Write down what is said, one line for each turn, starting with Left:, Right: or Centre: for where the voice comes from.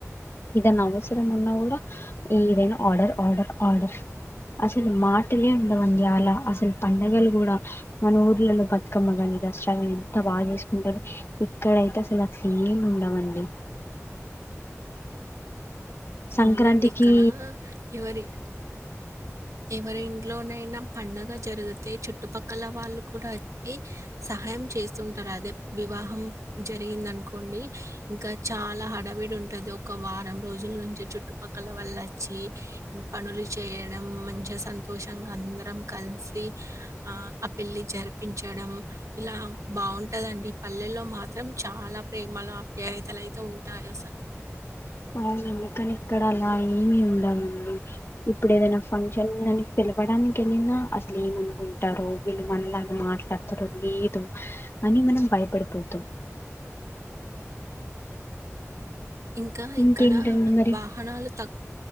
Left: ఇదనా అవసరం ఉన్నా కూడా ఏదైనా ఆర్డర్ ఆర్డర్ ఆర్డర్ అసలు మాటలే ఉండవని చాల అసలు పంండగలు కూడ మన ఊర్లలో బతుకమ్మగాని <unintelligible> ఎంత బాగా చేసుకుంటారు ఇక్కడయితే అసలు నా ఎం ఉండవండి సంక్రాంతికి
Right: అవునండి ఇక్కడ ఎవరికి ఎవరి ఇంట్లోనైనా పండగ జరిగితే చుట్టుపక్ క్కల వాళ్ళు కూడ వచ్చి సహాయం చేస్తుంటారు అదే వివాహం జరిగింద అనుకో ఇంకా చాలా అడవిడి ఉంటది ఒక వారం రోజుల నుంచి చుట్టుపక్కల వల్ల వచ్చి పనులు చేయడం మంచిగా సంతోషంగా అందరం కలిసి ఆ ఆ పెళ్లి జరిపించడం ఇలా బాగుంటదండి పల్లెల్లో మాత్రం చాలా ప్రేమలు అప్యాయతలు అయితే ఉంటాయస సలు
Left: అవునండి కానీ ఇక్కడ అలా ఏమి ఉండమండి ఇప్పుడు ఏదైనా ఫంక్షన్ కాని పిలవడానికి వెళ్ళినా అసలు ఏమనుకుంటారో వీళ్ళు మనలాగా మాట్లాడతారు లేదో. అని మనం భయపడిపోతమ్
Right: ఇంకా
Left: ఇంకేంటండి
Right: ఇక్కడ
Left: మరి
Right: వాహనాలు తక్